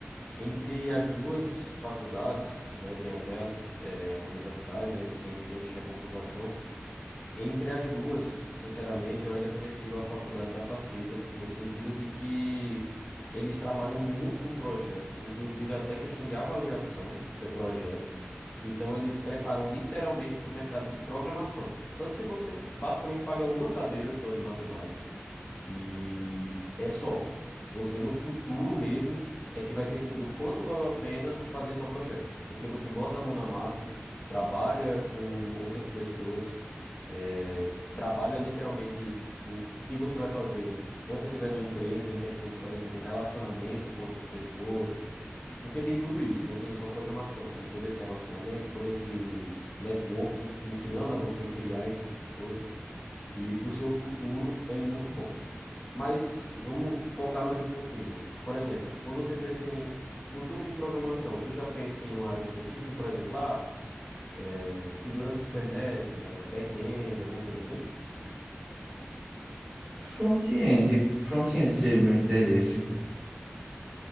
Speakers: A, on the left; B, in the centre.
A: entre as duas faculdades, né, tem até as, é, a universidade, né, que tem ciências da computação, Entre as duas, sinceramente, eu ainda prefiro a faculdade da Facisa, no sentido de que eles trabalham muito com projetos, inclusive até questão de avaliação de projeto. Então, eles preparam literalmente para o mercado de programação. Tanto que você basicamente paga uma cadeira só de matemática e é só. Você no futuro mesmo é que vai perceber o quanto valeu a pena fazer só projeto, porque você bota a mão na massa, trabalha com outras pessoas é, trabalha literalmente o, o que você vai fazer quando você estiver numa empresa, em questão de, por exemplo, relacionamento com outras pessoas, porque tem tudo isso, não tem só programação, tem todo esse relacionamento, todo esse networking, ensinando a você criar esse tipo de coisa, e para o seu futuro é muito bom. Mas vamos focar mais um pouquinho. Por exemplo, quando você pensa em futuro de programação, tu já pensa em uma área específica, por exemplo, ah, é, segurança cibernética, back-end, alguma coisa assim?
B: Front-end. Front-end seria meu interesse.